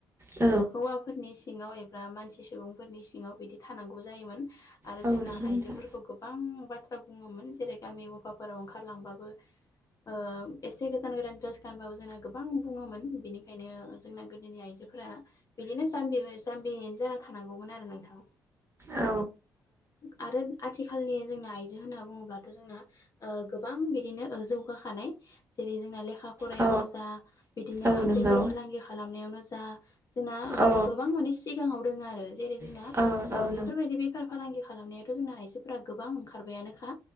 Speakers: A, on the right (about 25°); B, on the left (about 35°).
A: औ
B: हौवा फोरनि सिङाव एबा मानसि सुबुंफोरनि सिङाव बिदि थानांगौ जायोमोन आरो
A: औ
B: जोंना
A: नंगौ नोंथां
B: आइजो खौ गोबां बाथ्रा बुङोमोन जेरै गामि गफाफोराव ओंखारलांबाबो ओ एसे गोजान <unintelligible> दामबाबो जोंना गोबां बुङोमोन बेनिखायनो जोंना गोदोनि आइजोफोरा बिदिनो जामबि जाम्बियैनो जानानै थानांगौमोन आरो नोंथां ओ
A: औ
B: आरो आथिखालनि जोंना आइजो होनना बुङोब्लाथ' जोंना गोबां बिदिनो जौगाखानाय जेरै जोंना लेखा फरायावनो
A: औ
B: जा बिदिनो
A: औ नंगौ
B: बेफार फालांगि खालामनायावनो जा जोंना
A: औ
B: गोबां माने सिगाङाव दङ आरो जेरै जोंना
A: औ औ नंगौ
B: बेफोरबायदि बेफार फालांगि खालामनायाथ' जोंना आइजोफोरा गोबां ओंखारबायानोखा